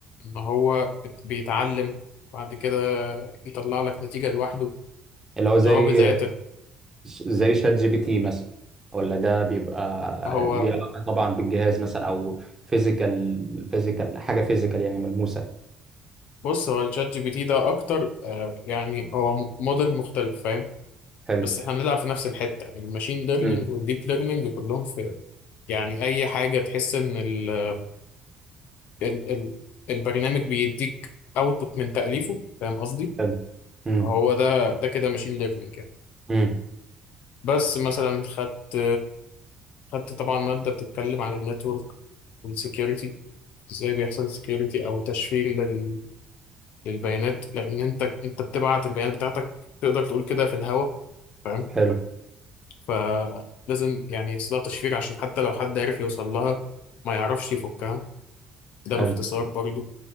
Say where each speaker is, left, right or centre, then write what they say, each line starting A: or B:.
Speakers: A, on the left; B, on the right.
A: ان هو بت- بيتعلم بعد كده يطلع لك نتيجة لوحده
B: اللي هو
A: اللي
B: زي
A: هو بداية ال-
B: زي شات جي بي تي مثلا ولا ده بيبقى
A: هو
B: ليه علاقة طبعا بالجهاز مثلا او فيزيكال فيزيكال حاجة فيزيكال يعني ملموسة
A: بص هو الشات جي بي تي ده اكتر آه يعني هو م- موديل مختلف فاهم
B: حلو
A: بس احنا بنلعب في نفس الحتة يعني الماشين ليرنينج
B: امم
A: والديب ليرنينج كلهم في يعني أي حاجة تحس إن ال ال ال البرنامج بيديك أوتبوت من تأليفه فاهم قصدي؟
B: حلو امم
A: هو ده ده كده ماشين ليرنينج يعني
B: امم
A: بس مثلا خدت خدت طبعا مادة بتتكلم عن النتورك والسكيورتي ازاي بيحصل سكيورتي او تشفير لل... للبيانات لان انت انت بتبعت البيانات بتاعتك تقدر تقول كده في الهواء فاهم
B: حلو
A: فلازم يعني يحصلها تشفير عشان حتى لو حد عرف يوصل لها ما يعرفش يفكها ده
B: حلو
A: باختصار برضو